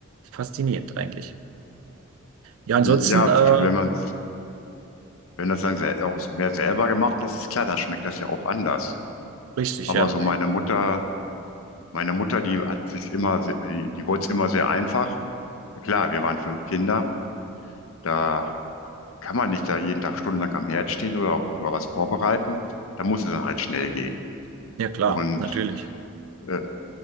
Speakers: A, on the right (about 85°); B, on the left (about 80°).
A: Faszinierend eigentlich. Ja, ansonsten,
B: Ja,
A: äh,
B: wenn man, wenn das dann sel- auch mehr selber gemacht ist, ist klar, dann schmeckt das ja auch anders.
A: richtig,
B: Aber
A: ja.
B: so meine Mutter, meine Mutter, die hat sich immer, se- äh, die wollte es immer sehr einfach. Klar, wir waren fünf Kinder, da kann man nicht da jeden Tag stundenlang am Herd stehen oder, oder was vorbereiten. Da muss es dann halt schnell gehen.
A: Ja, klar,
B: Und
A: natürlich.
B: äh,